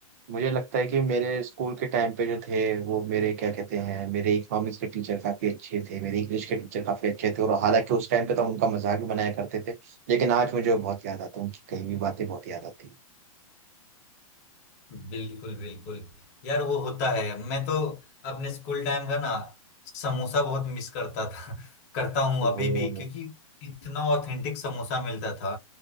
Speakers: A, on the right (about 25°); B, on the left (about 30°).
A: मुझे लगता है कि मेरे स्कूल के टाइम पे जो थे वो मेरे क्या कहते हैं मेरे इकोनॉमिक्स के टीचर काफी अच्छे थे मेरे इंग्लिश के टीचर काफी अच्छे थे और हालांकि उस टाइम पे तो हम उनका मजाक भी बनाया करते थे लेकिन आज मुझे वो बहुत याद आता है उनकी कही हुई बातें बहुत याद आती हैं
B: बिल्कुल बिल्कुल यार वो होता है मैं तो अपने स्कूल टाइम का ना समोसा बहुत मिस करता था <laughs> करता हूँ अभी
A: ओहो
B: भी क्योंकि इतना ऑथेंटिक समोसा मिलता था